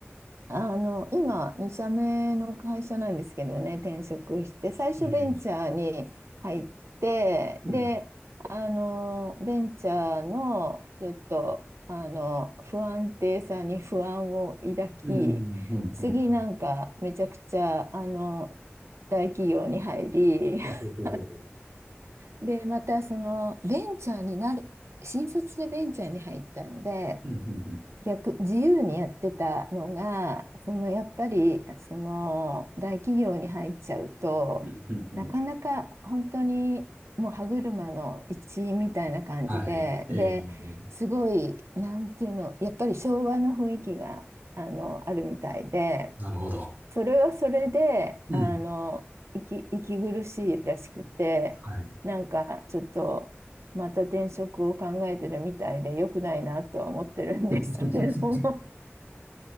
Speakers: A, on the right; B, on the right.
A: あの、今、2社目の会社なんですけどね、転職して、最初ベンチャーに入って、
B: ええ。うん。
A: で、あの、ベンチャーのちょっと、あの、不安定さに不安を抱き、
B: うん。うん。
A: 次なんかめちゃくちゃ、
B: うん。
A: あの、大企業に入り、
B: ほうほうほうほうほう。
A: <laughs> で、またその、ベンチャーになる、新卒でベンチャーに入ったんで、
B: うん。うん。
A: 逆、自由にやってたのが、そのやっぱりその大企業に入っちゃうと、
B: うん。うん。うんうん
A: なかなか本当にもう歯車の一員みたいな感じで、
B: はい。ええ。
A: で、すごい、なんていうの、やっぱり昭和の雰囲気があの、あるみたいで、
B: なるほど。
A: それはそれで、
B: うん。
A: あの、息、息苦しいらしくて、
B: はい。
A: なんかちょっと、また転職を考えてるみたいで、良くないなとは思ってるんですけれども、
B: ま